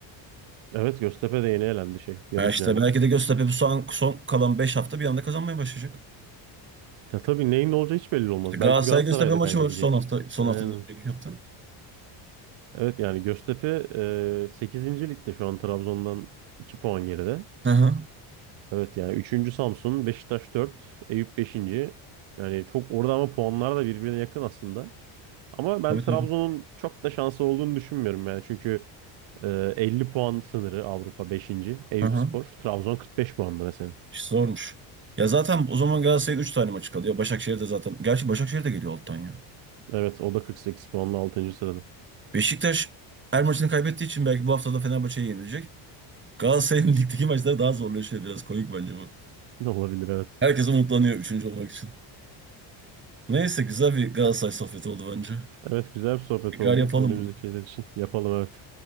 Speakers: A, on the right; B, on the right.
A: Evet Göztepe de yeni elendi şey yarı
B: Ha işte
A: finalde.
B: belki de Göztepe bu son, son kalan 5 hafta bir anda kazanmaya başlayacak.
A: Ya tabii neyin ne olacağı hiç belli olmaz.
B: İşte Galatasaray
A: Belki Galatasaray
B: Göztepe maçı
A: da kaybedecek.
B: var son hafta son
A: Aynen.
B: hafta önceki hafta.
A: Evet yani Göztepe e, 8. ligde şu an Trabzon'dan 2 puan geride.
B: Hı hı.
A: Evet yani üçüncü Samsun, Beşiktaş dört Eyüp beşinci. Yani çok orada ama puanlar da birbirine yakın aslında. Ama ben
B: Tabii
A: Trabzon'un
B: tabii.
A: çok da şansı olduğunu düşünmüyorum yani. Çünkü Ee, 50 puan sınırı Avrupa 5. Eyüpspor.
B: Hı hı.
A: Trabzon 45 puanlı mesela.
B: İşte zormuş. Ya zaten o zaman Galatasaray'ın 3 tane maçı kalıyor. Başakşehir de zaten. Gerçi Başakşehir de geliyor alttan ya.
A: Evet o da 48 puanla 6. sırada. <laughs>
B: Beşiktaş her maçını kaybettiği için belki bu hafta da Fenerbahçe'ye yenilecek. Galatasaray'ın <laughs> ligdeki maçları daha zorlaşıyor. Biraz komik bence bu.
A: Ne olabilir evet.
B: Herkes umutlanıyor üçüncü olmak için. Neyse güzel bir Galatasaray sohbeti oldu bence.
A: Evet güzel bir sohbet
B: Tekrar
A: oldu
B: yapalım
A: önümüzdeki
B: bunu.
A: şeyler için. Yapalım evet.